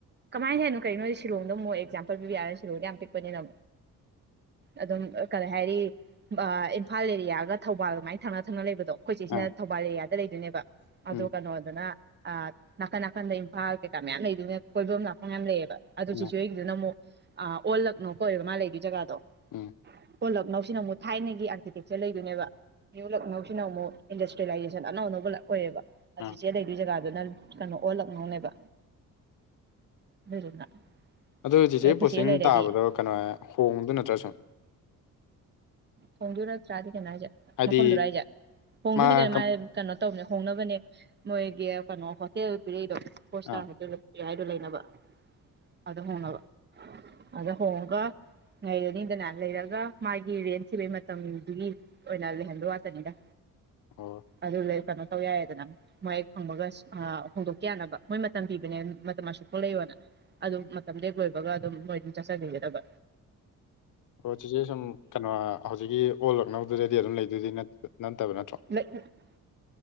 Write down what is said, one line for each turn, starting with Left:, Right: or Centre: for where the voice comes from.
Right: ꯀꯃꯥꯏꯅ ꯍꯥꯏꯅꯣ ꯀꯩꯅꯣ ꯁꯤꯂꯣꯛꯗꯃꯨꯛ ꯑꯣꯏ ꯑꯦꯛꯖꯥꯝꯄꯟ ꯄꯤꯕ ꯌꯥꯔꯦ ꯁꯤꯂꯣꯡꯗ ꯌꯥꯝ ꯄꯤꯛꯄꯅꯤꯅ ꯑꯗꯨꯝ ꯀꯔꯤ ꯍꯥꯏꯔꯤ ꯏꯝꯐꯥꯜ ꯑꯦꯔꯤꯌꯥꯒ ꯊꯧꯕꯥꯜ ꯑꯗꯨꯃꯥꯏꯅ ꯊꯪꯅ ꯊꯪꯅ ꯂꯩꯕꯗꯣ ꯑꯩꯈꯣꯏ ꯆꯦꯁꯤꯅ
Left: ꯑꯥ
Right: ꯊꯧꯕꯥꯜ ꯑꯦꯔꯤꯌꯥꯗ ꯂꯩꯗꯣꯏꯅꯦꯕ ꯑꯗꯣ
Left: ꯎꯝ
Right: ꯀꯩꯅꯣꯗꯨꯅ ꯑ ꯅꯥꯀꯟ ꯅꯥꯀꯟꯗ ꯏꯝꯐꯥꯜ ꯀꯩꯀꯥ ꯃꯌꯥꯝ ꯂꯩꯗꯨꯅ ꯀꯣꯏꯕꯝ ꯂꯥꯛꯄ ꯃꯌꯥꯝ ꯂꯩꯌꯦꯕ ꯑꯗꯨ
Left: ꯎꯝ
Right: ꯁꯤꯁꯨ ꯑꯗꯨꯅ ꯑꯃꯨꯛ ꯑꯣꯜꯂꯛꯅꯧ ꯀꯣ ꯑꯣꯏꯕ ꯃꯥ ꯂꯩꯕ ꯖꯒꯥꯗꯣ
Left: ꯎꯝ
Right: ꯑꯣꯜ ꯂꯛꯅꯧꯁꯤꯅ ꯑꯃꯨꯛ ꯊꯥꯏꯅꯒꯤ ꯑꯥꯔꯀꯤꯇꯦꯛꯆꯔ ꯂꯩꯗꯣꯏꯅꯦꯕ ꯅ꯭ꯌꯨ ꯂꯛꯅꯧꯁꯤꯅ ꯑꯃꯨꯛ ꯏꯟꯗꯁꯇ꯭ꯔꯤꯌꯦꯂꯥꯏꯖꯦꯁꯟ ꯑꯅꯧ ꯑꯅꯧꯕ ꯂ ꯑꯣꯏꯌꯦꯕ ꯍ
Left: ꯑꯥ
Right: ꯆꯤꯆꯦ ꯂꯩꯗꯨꯏ ꯖꯒꯥꯗꯨꯅ ꯀꯩꯅꯣ ꯑꯣꯜꯂꯛꯅꯧꯅꯦꯕ <unintelligible>
Left: ꯑꯗꯣ ꯆꯤꯆꯦ
Right: ꯑꯩꯈꯣꯏ
Left: ꯄꯣꯁꯇꯤꯡ
Right: ꯆꯦ ꯂꯩꯔꯗꯤ
Left: ꯇꯥꯕꯗꯣ ꯀꯩꯅꯣ ꯍꯣꯡꯗꯣ ꯅꯠꯇ꯭ꯔ ꯁꯨꯝ
Right: ꯊꯣꯡꯗꯨꯏ ꯅꯇ꯭ꯔꯥꯗꯤ ꯀꯩꯅꯣ ꯍꯥꯏꯁꯦ
Left: ꯍꯥꯏꯗꯤ
Right: ꯃꯐꯝꯗꯨꯔ ꯍꯥꯏꯁꯦ ꯈꯣꯡꯗꯣꯏꯅꯤ
Left: ꯃꯥ
Right: ꯀꯩꯅꯣ
Left: ꯀꯝ
Right: ꯃꯥꯥꯏ ꯀꯩꯅꯣ ꯇꯧꯕꯅꯦ ꯍꯣꯡꯅꯕꯅꯦ ꯃꯣꯏꯒꯤ ꯀꯩꯅꯣ ꯍꯣꯇꯦꯜ ꯄꯤꯔꯛꯏꯗꯣ ꯐꯣꯔꯠ ꯏꯁꯇꯥꯔ
Left: ꯑꯥ
Right: ꯍꯣꯇ ꯍꯥꯏꯗꯣ ꯂꯩꯅꯕ ꯑꯗ ꯍꯣꯡꯅꯕ ꯑꯗ ꯍꯣꯡꯉꯒ ꯂꯩꯔꯅꯤꯗꯅ ꯂꯩꯔꯒ ꯃꯥꯒꯤ ꯔꯦꯟ ꯊꯤꯕꯩ ꯃꯇꯝꯗꯨꯒꯤ ꯑꯣꯏꯅ ꯂꯩ ꯍꯟꯕꯩ ꯋꯥꯇꯥꯅꯤꯗ
Left: ꯑꯣ
Right: ꯑꯗꯨ ꯂꯩ ꯀꯩꯅꯣ ꯇꯧ ꯌꯥꯏꯗꯅ ꯃꯍꯦꯛ ꯐꯪꯕꯒ ꯍꯣꯡꯗꯣꯛꯈꯤ ꯌꯥꯅꯕ ꯃꯣꯏ ꯃꯇꯝ ꯄꯤꯕꯅꯦ ꯃꯇꯝ ꯑꯁꯨꯛ ꯄꯨꯛꯂꯩꯌꯣꯅ ꯑꯗꯨꯝ ꯃꯇꯝ ꯍꯦꯛ ꯂꯣꯏꯕꯒ ꯑꯗꯨꯝ ꯃꯣꯏ ꯑꯗꯨꯝ ꯆꯠꯆꯈꯤꯒꯗꯕ
Left: ꯑꯣ ꯆꯤꯆꯦ ꯁꯨꯝ ꯀꯩꯅꯣ ꯍꯧꯖꯤꯛꯀꯤ ꯑꯣꯜꯂꯛꯅꯧꯕꯗꯨꯗꯗꯤ ꯑꯗꯨꯝ ꯂꯩꯗꯨꯗꯤ ꯅꯠꯇꯕ ꯅꯠꯇ꯭ꯔꯣ
Right: <unintelligible>